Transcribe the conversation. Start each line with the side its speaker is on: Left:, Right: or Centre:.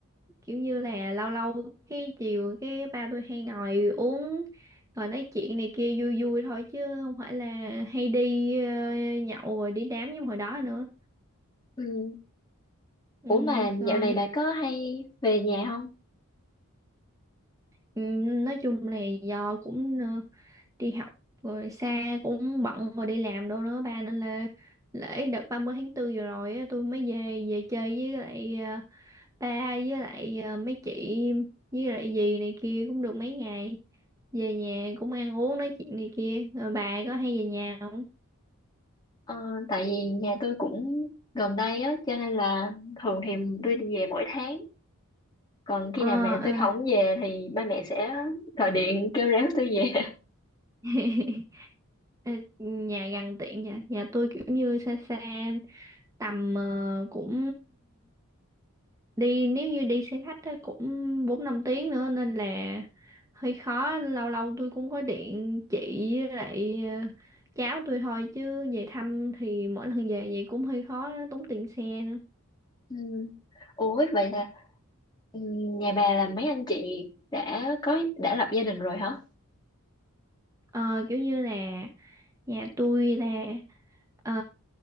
Right: kiểu như là lâu lâu cái chiều cái ba tôi hay ngồi uống rồi nói chuyện này kia vui vui thôi chứ không phải là hay đi ờ, nhậu rồi đi đám như hồi đó nữa.
Left: ừ.
Right: Ừ,
Left: Ủa mà
Right: rồi
Left: dạo này bà có hay về nhà không
Right: Ừ, nói chung là do cũng ờ, đi học rồi xa cũng bận rồi đi làm đâu nữa ba nên là lễ đợt ba mươi tháng 4 vừa rồi á, tôi mới về về chơi với lại ờ, ba với lại ờ, mấy chị với lại dì này kia cũng được mấy ngày về nhà cũng ăn uống nói chuyện này kia rồi bà có hay về nhà không?
Left: ờ, tại vì nhà tôi cũng gần đây á cho nên là thường thì tôi đi về mỗi tháng còn khi
Right: Ờ
Left: nào mẹ tôi
Right: à.
Left: không về thì ba mẹ sẽ gọi điện kêu réo tôi về
Right: <laughs> Ờ, nhà gần tiện nhà nhà tôi kiểu như xa xa tầm ờ, cũng đi nếu như đi xe khách á, cũng 4 5 tiếng nữa nên là hơi khó lâu lâu tôi cũng có điện chị với lại ờ, cháu tôi thôi chứ về thăm thì mỗi lần về vậy cũng hơi khó tốn tiền xe nữa
Left: ừ. Ủa vậy là Ừ, Nhà bà là mấy anh chị đã có đã lập gia đình rồi hả?
Right: Ờ, kiểu như là nhà tôi là ờ,